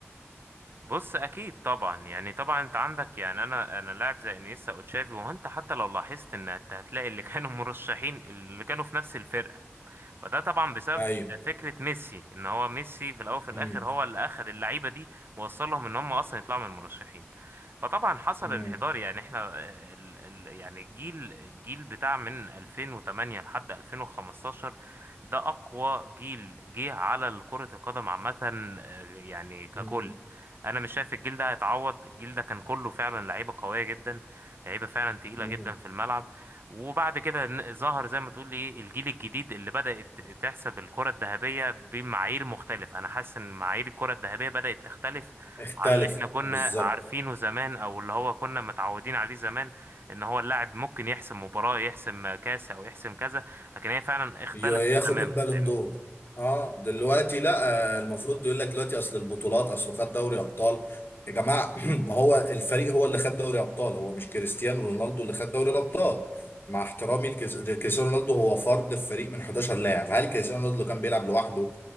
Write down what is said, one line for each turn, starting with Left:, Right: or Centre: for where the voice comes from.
Right: بص اكيد طبعا يعني طبعا انت عندك يعني انا انا لاعب زي انيستا او تشافي وانت حتى لو لاحظت ان انت هتلاقي اللي كانوا <laughs> مرشحين اللي كانوا في نفس الفرقه فده طبعا بسبب
Left: ايوه
Right: فكرة ميسي ان هو ميسي في الاول وفي الاخر
Left: مم.
Right: هو اللي اخذ اللعيبة دي ووصلهم ان هم اصلا يطلعوا من المرشحين فطبعا حصل
Left: مم.
Right: انحدار يعني احنا آه، ال ال يعني الجيل الجيل بتاع من 2008 لحد 2015 ده اقوى جيل جه على كرة القدم عامة آه، يعني ككل
Left: مم.
Right: انا مش شايف الجيل ده هيتعوض الجيل ده كان كله فعلا لعيبة قوية جدا لعيبة فعلا تقيلة
Left: مم.
Right: جدا في الملعب وبعد كده ن- ظهر زي ما تقول ايه الجيل الجديد اللي بدأت تحسب الكرة الذهبية بمعايير مختلفة انا حاسس ان معايير الكرة الذهبية بدأت تختلف
Left: اختلف
Right: عن اللي احنا كنا
Left: بالظبط
Right: عارفينه زمان او اللي هو كنا متعودين عليه زمان ان هو اللاعب ممكن يحسم مباراة يحسم كاس او يحسم كذا لكن هي فعلا اختلفت
Left: ي- ياخد
Right: تماما
Left: البالون
Right: فاهمني
Left: دور اه دلوقتي لا آه، المفروض يقول لك دلوقتي اصل البطولات اصل خد دوري ابطال يا جماعه <clears throat> ما هو الفريق هو اللي خد دوري ابطال هو مش كريستيانو رونالدو اللي خد دوري الابطال مع احترامي لكريس- لكريستيانو رونالدو هو فرد في فريق من 11 لاعب هل كريستيانو رونالدو لو كان بيلعب لوحده